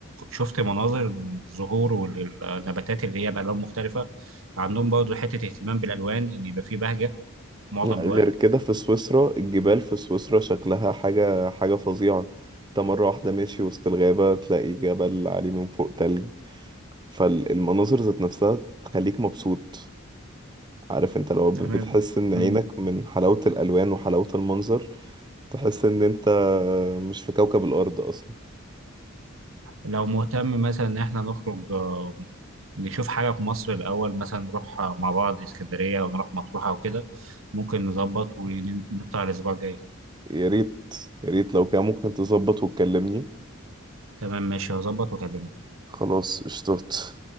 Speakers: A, on the right; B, on the right.
A: شفت مناظر الزهور والنباتات اللي هي بألوان مختلفة عندهم برضه حتة اهتمام بالألوان إن يبقى فيه بهجة معظم
B: غير
A: الوقت
B: كده في سويسرا الجبال في سويسرا شكلها حاجة حاجة فظيعة انت مرة واحدة ماشي وسط الغابة تلاقي جبل عليه من فوق تلج فالمناظر ذات نفسها تخليك مبسوط عارف انت لو ب-
A: تمام
B: بتحس ان
A: مم.
B: عينك من حلاوة الألوان وحلاوة المنظر تحس ان انت مش في كوكب الأرض أصلا
A: لو مهتم مثلا إن إحنا نخرج آه، نشوف حاجة في مصر الأول مثلا نروح آه، مع بعض اسكندرية أو نروح مطروح أو كده ممكن نظبط ونطلع الأسبوع الجاي
B: يا ريت يا ريت لو كان ممكن تظبط وتكلمني
A: تمام ماشي هظبط وأكلمك
B: خلاص اشتوت